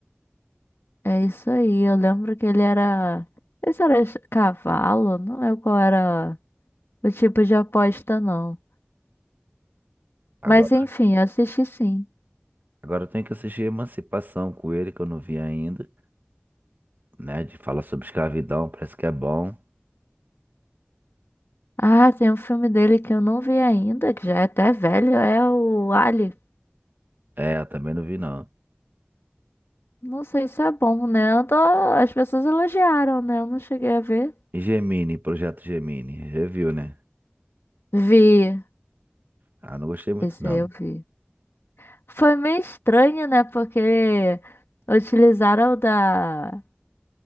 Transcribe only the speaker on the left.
é isso aí. Eu lembro que ele era. Esse era ch- cavalo, não lembro qual era o tipo de aposta, não.
Mas enfim, eu assisti sim.
Ah, tem um filme dele que eu não vi ainda, que já é até velho, é o Ali.
Não sei se é bom, né? Eu tô- As pessoas elogiaram, né? Eu não cheguei a ver.
Vi.
Esse
aí eu vi. Foi meio estranho, né? Porque utilizaram da,